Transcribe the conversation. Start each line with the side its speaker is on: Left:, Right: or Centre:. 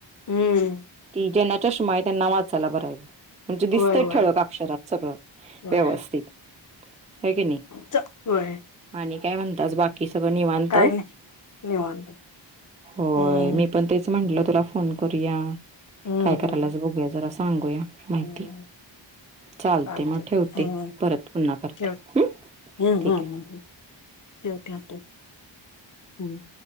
Left: हम्म
Right: त ज- चष्मा आहे त्यांना वाचायला बरं - म्हणजे दिसतंय
Left: होय होय
Right: ठळक अक्षरात सगळं
Left: होय
Right: व्यवस्थित. होय की नाही.
Left: च बर.
Right: आणि काय म्हणतात? बाकी सगळं निवांत.
Left: काय नाही निवांत
Right: होय
Left: हम्म
Right: मी पण तेच म्हटलं तुला फोन करूया
Left: हम्म
Right: काय करायलाच
Left: हम्म
Right: बघूया जर अस- सांगूया. माहिती
Left: हम्म.
Right: चालते
Left: आटी
Right: मग ठेवते
Left: हम्
Right: परत पुन्हा करते
Left: ठव हम्म
Right: ठीक
Left: हम्म
Right: आहे.
Left: हम् हम. ते ठाक हम्म.